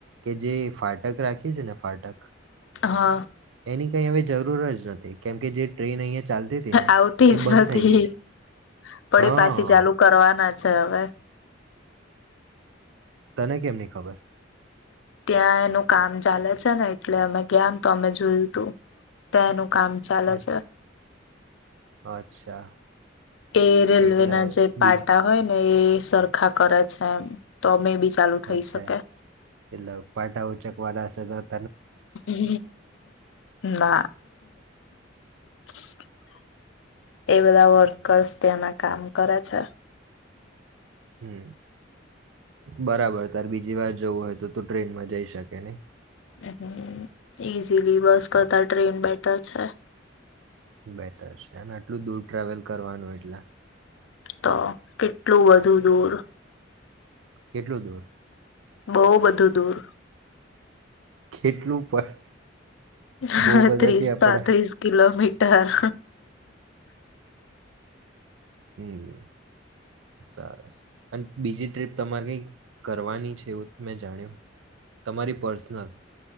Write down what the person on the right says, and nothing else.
કે જે ફાટક રાખી છે ને ફાટક
એની કંઈ હવે જરૂર જ નથી કેમ કે જે ટ્રેન અહીંયા ચાલતી હતી ને
એ
બંધ
થઈ ગઈ છે
હા
તને કેમની ખબર
અ-
અચ્છા
એટલે
બીજ
અચ્છા
એટલે પાટા ઉચક વાળા ત
હમ બરાબર તારે બીજી વાર જવું હોય તો તું ટ્રેનમાં જઈ શકે નય
નહી
બેટર છે અને આટલું દૂર ટ્રાવેલ કરવાનું એટલે
કેટલોું દૂર <inaudible>
કેટલું પણ
બહુ બધાથી
આપણે
હમ સરસ અને બીજી ટ્રીપ તમારે કઈ કરવાની છે એવું મેં જાણ્યું તમારી પર્સનલ